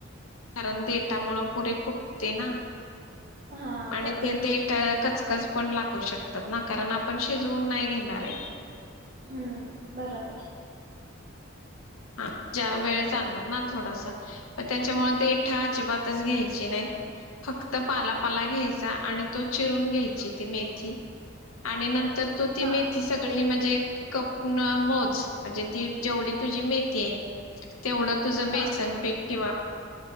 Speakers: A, on the left (about 80°); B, on the right (about 45°).
A: कारण देटामुळं पुरे फुटते ना.
B: हा
A: आणि
B: बरं
A: ते देट कचकच पण लागू शकतात ना, कारण आपण शिजवून नाही घेणार आहे.
B: हम्म बरोबर.
A: हा ज्या वेळ जाणार ना थोडासा म त्याच्यामुळे देठा अजिबातच घ्यायची नाहीत, फक्त पाला-पाला घ्यायचा आणि तो चिरून घ्यायची ती मेथी आणि न तर तू ती
B: हा
A: मेथी सगळी म्हणजे कप न मोज म्हणजे ती जेवढी तुझी मे ते तेवढं तुझं बेसन
B: हा
A: पीठ किंवा